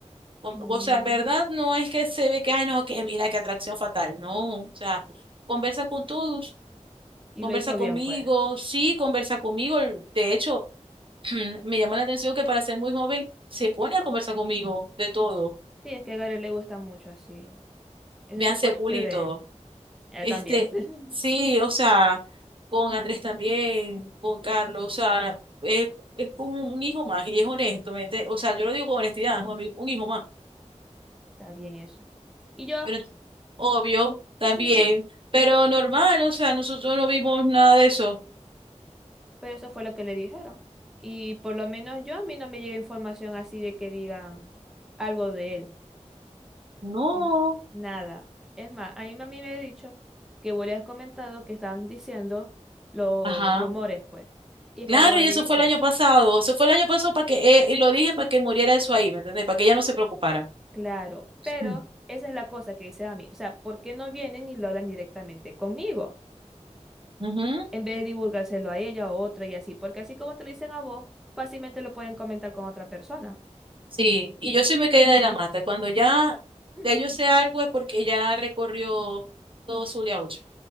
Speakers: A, on the right (about 45°); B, in the centre.
A: Con-
B: Mm.
A: O sea, en verdad no es que se ve que, ay, no, que mira, qué atracción fatal. No, o sea, conversa con todos,
B: Y
A: conversa
B: lo hizo
A: conmigo,
B: bien, pues.
A: sí, conversa conmigo. De hecho, <clears throat> me llama la atención que para ser muy joven se pone a conversar conmigo de todo.
B: Sí, es que a Gary le gusta mucho así. Eso
A: Me
B: sí
A: hace
B: puedo
A: bullying
B: decir de
A: y todo.
B: él
A: Este,
B: también. <laughs>
A: sí, o sea, con Andrés también, con Carlos, o sea, es, es un, un hijo más y es honesto, ¿me entiendes? O sea, yo lo digo con honestidad, es un, ami- un hijo más,
B: Está bien eso. Y yo,
A: pero ent- obvio, también,
B: <laughs>
A: pero normal, o sea, nosotros no vimos nada de eso.
B: pero eso fue lo que le dijeron. Y por lo menos yo a mí no me llega información así de que digan algo de él.
A: No,
B: ¿sí? Nada. Es más, a mí mami me ha dicho que vos le has comentado que estaban diciendo los
A: ajá.
B: rumores, pues. Y
A: Claro,
B: como mami
A: y eso
B: dice,
A: fue el año pasado, eso fue el año pasado para que, eh, y lo dije para que muriera eso ahí, ¿me entendés? Para que ella no se preocupara.
B: Claro, pero
A: Mm.
B: esa es la cosa que dice a mí. O sea, ¿por qué no vienen y lo hablan directamente conmigo?
A: Ujú.
B: En vez de divulgárselo a ella o otra y así, porque así como te lo dicen a vos, fácilmente lo pueden comentar con otra persona.
A: Sí, y yo sí me quedé de la mata. Cuando ya,
B: <laughs>
A: ya yo sé algo es porque ya recorrió todo Zulia 8.